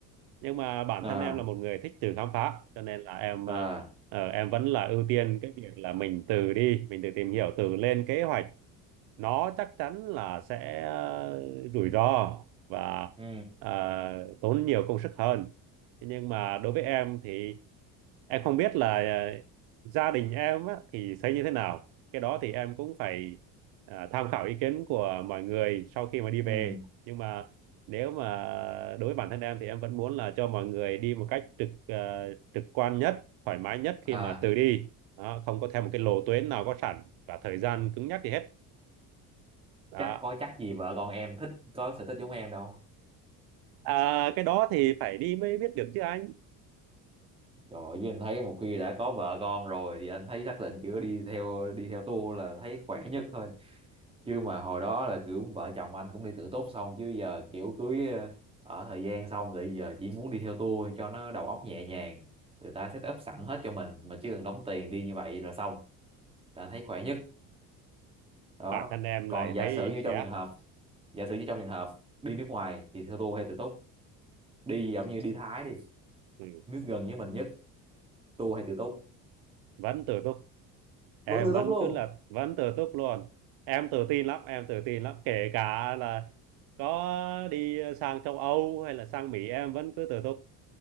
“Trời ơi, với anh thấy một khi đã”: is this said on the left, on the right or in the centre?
Right